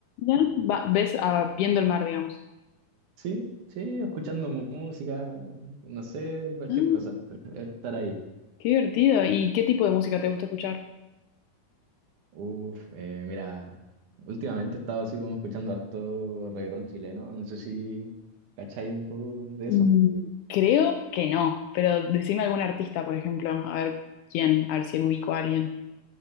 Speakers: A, on the left; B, on the right.
A: Ya, va- ves ah, viendo el mar, digamos.
B: Sí, sí, escuchando música, no sé, cualquier
A: Ah,
B: cosa, pero estar ahí.
A: qué divertido. ¿Y qué tipo de música te gusta escuchar?
B: Uf, eh, mira, últimamente he estado así como escuchando harto reggaetón chileno, no sé si cacháis un poco de
A: Mm,
B: eso.
A: Creo que no, pero decime algún artista, por ejemplo, a ver quién, a ver si ubico a alguien.